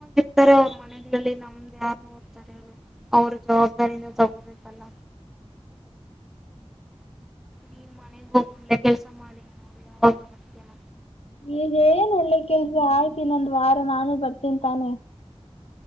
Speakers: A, in the centre; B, on the left (about 70°).
A: ಸರಿ ಮನ್ಯಾಗ ಹೇಳ್ತೀನಿ ಅವ್ವ ಅವರೇ ಜವಾಬ್ದಾರಿ ತಗೋಬೇಕು ಅಲ್ಲ ನೀ ಮನೆಗೆ ಹೋಗು ನಾ ಯಾವಾಗ ಬರತೇನ
B: ಹೇ ಏನಲೆ ಕೆಲಸ ಆಯ್ತು ಇನ್ನೊಂದು ವಾರ ನಾನು ಬರ್ತೀನಿ ತಾನೇ